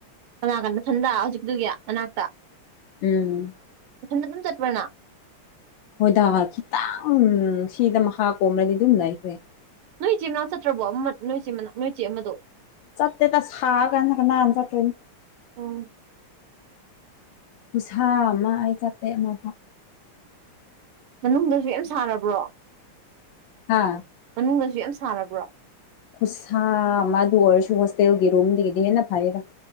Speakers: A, on the right (about 80°); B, on the left (about 70°).
A: ꯀꯅꯥ ꯀꯟꯗꯊꯟꯗ ꯍꯧꯖꯤꯛꯇꯨꯒꯤ ꯃꯅꯥꯛꯇ
B: ꯎꯝ
A: ꯑꯅ ꯑꯗꯨꯅ ꯆꯠꯄꯅ
B: ꯍꯣꯏꯗꯥ ꯈꯤꯇꯪ ꯁꯤꯗ ꯃꯈꯥ ꯀꯣꯕ꯭ꯔꯗꯤ ꯑꯗꯨꯝ ꯂꯩꯈ꯭ꯔꯦ
A: ꯅꯣꯏ ꯆꯦ ꯃꯅꯥꯎ ꯆꯠꯇ꯭ꯔꯕꯣ ꯑꯃ ꯅꯣꯏ ꯃꯅꯥ ꯅꯣꯏ ꯆꯦ ꯑꯃꯗꯣ
B: ꯆꯠꯦ ꯇꯁ ꯍꯥꯎ ꯀꯅꯍꯥꯟ ꯆꯠꯇ‌ꯣꯏꯟ
A: ꯎꯝ
B: ꯄꯁꯥ ꯃꯥ ꯑꯩ ꯆꯇ ꯃ
A: ꯃꯅꯨꯡꯗꯁꯨ ꯌꯥꯝ ꯁꯥꯔꯕ꯭ꯔꯣ
B: ꯍꯥ
A: ꯃꯅꯨꯡꯗꯁꯨ ꯌꯥꯝ ꯁꯥꯔꯕ꯭ꯔꯣ
B: ꯈꯨꯠꯁꯥ ꯃꯗꯨ ꯑꯣꯏꯔꯁꯨ ꯍꯣꯁꯇꯦꯜꯒꯤ ꯔꯨꯝꯗꯒꯤꯗꯤ ꯍꯦꯟꯅ ꯐꯩꯔ